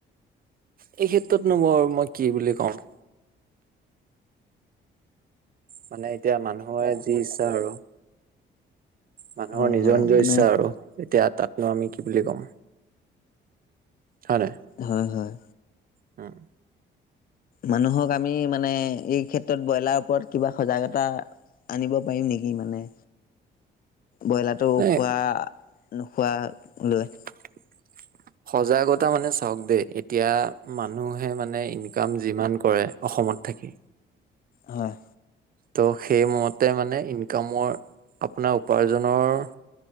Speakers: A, on the right; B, on the left.
A: এই ক্ষেত্ৰতনো মৰ মই কি বুলি কম। মানে এতিয়া মানুহে যি ইচ্ছা আৰু। মানুহৰ
B: হয়
A: নিজৰ
B: হয়
A: নিজৰ
B: মানে
A: ইচ্ছা আৰু এতিয়া তাতনো আমি কি বুলি ক'ম। হয়নাই।
B: হয় হয়।
A: উম'
B: মানুহক আমি মানে এই খেত- তত ব্ৰইলাৰ ওপৰত কিবা সজাগতা আনিব পাৰিম নেকি মানে। ব্ৰইলাৰটো
A: মানে
B: খোৱা নোখোৱা লৈ।
A: <unintelligible> সজাগতা মানে চাওক দেই এতিয়া মানুহে মানে ইনকাম যিমান কৰে- অসমত থাকি।
B: হয়।
A: ত' সেই মতে মানে ইনকামৰ আপোনাৰ উপাৰ্জনৰ-